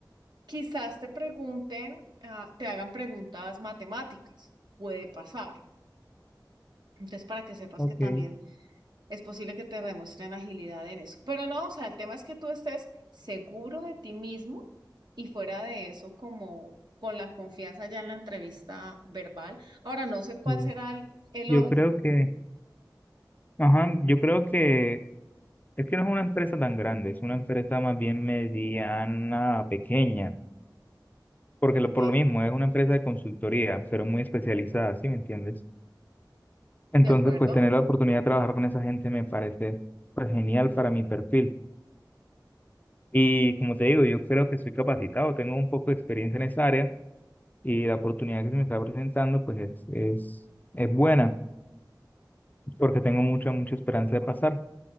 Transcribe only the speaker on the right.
Quizás te pregunten, ah, te hagan preguntas matemáticas, puede pasar. Entonces, para que sepas
que también es posible que te demuestren agilidad en eso. Pero no, o sea, el tema es que tú estés seguro de ti mismo y fuera de eso, como con la confianza ya en la entrevista verbal. Ahora, no sé cuál
será el, el
orden,
¿ok?
¿De acuerdo?